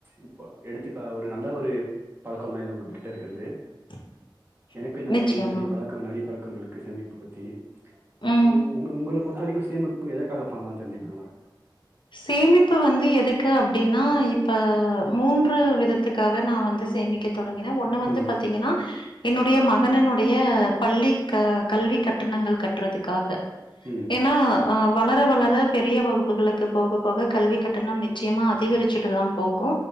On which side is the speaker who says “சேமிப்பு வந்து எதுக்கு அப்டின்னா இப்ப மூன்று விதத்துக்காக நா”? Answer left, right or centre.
Left